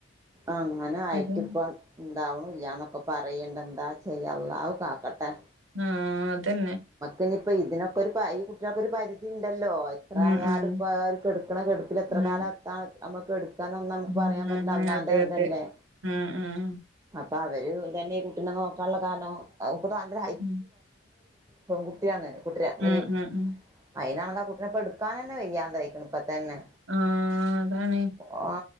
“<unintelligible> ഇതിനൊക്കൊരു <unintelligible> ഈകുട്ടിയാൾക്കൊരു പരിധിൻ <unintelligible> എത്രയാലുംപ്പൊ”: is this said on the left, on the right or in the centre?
Right